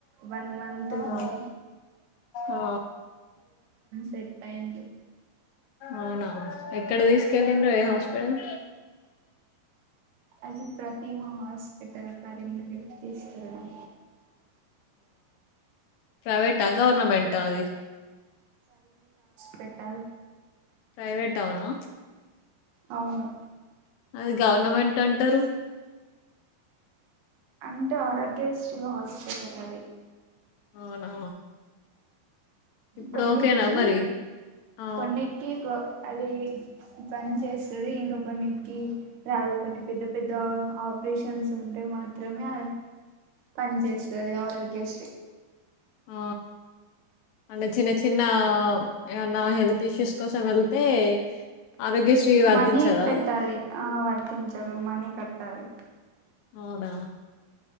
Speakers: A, on the right; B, on the left.
A: వన్ మంత్ ఉండి
B: ఆ ఆ
A: సెట్ అయింది
B: అవునా ఎక్కడ దీసుకెళ్ళిండ్రి ఏ హాస్పిటల్
A: అది ప్రతిమా హాస్పిటల్ కరీమ్ నగర్ తీసుకెళ్లాం
B: ప్రైవేట్ టా గవర్నమెంటా అది
A: పెటల్
B: ప్రైవేట్ అవునా
A: అవును
B: అది గవర్నమెంట్ అంటరు
A: అంటే ఆరోగ్య స్రీ హాస్పిటల్ అది
B: అవునా ఇప్పుడు
A: కొన్నిటికి
B: ఓకేనా మరి ఆ
A: కొన్నిటికి కొ అది పని చేస్తది ఇంకా కొన్నిటికి రాదు కొన్ని పెద్ద పెద్ద ఆపరేషన్స్ ఉంటే మాత్రమే పని చేస్తది ఆరోగ్యశ్రీ
B: ఆ అంటే చిన్న చిన్న ఏమన్నా హెల్త్ ఇష్యూస్ కోసం వెళ్తే ఆరోగ్యశ్రీ వర్తించదా
A: మనీ పెట్టాలి ఆ వర్తించదు మనీ కట్ట కట్టాలి
B: అవునా